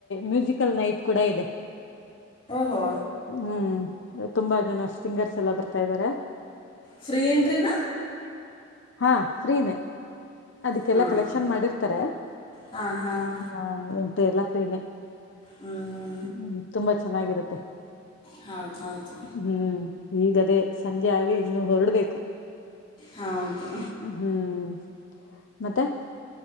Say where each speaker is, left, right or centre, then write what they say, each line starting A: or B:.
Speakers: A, on the left; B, on the left.
A: ಮ್ಯೂಸಿಕ್ ಲ್ ನೈಟ್ ಕೂಡ ಇದೆ
B: ಹೋ
A: ಹ್ಮ್ ತುಂಬಾ ಜನ ಸಿಂಗರ್ಸ್ ಎಲ್ಲ ಬರ್ತಾ ಇದ್ದಾರೆ
B: ಫ್ರೀ ಏಂಟ್ರಿನ
A: ಹಾ ಫ್ರೀನೆ ಅದಕ್ಕೆಲ್ಲ
B: ಹಾಂ
A: ಕಲೆಕ್ಷನ್ ಮಾಡಿರ್ತಾರೆ
B: ಹಾಂ ಹಾಂ
A: ಹ ಎಲ್ಲಾ ಸೆ
B: ಹಾಂ ಹ್ಞೂ
A: ಹ್ಮ್ ತುಂಬಾ ಚೆನ್ನಾಗಿರುತ್ತೆ
B: ಹೌದ ಹೌದು
A: ಹ್ಮ್ ಈಗದೇ ಸಂಜೆ ಆಗಿ ಇನ್ನು ಹೊರಡ್ಬೇಕು
B: ಹೌದು
A: ಹ್ಮ್ ಮತ್ತೆ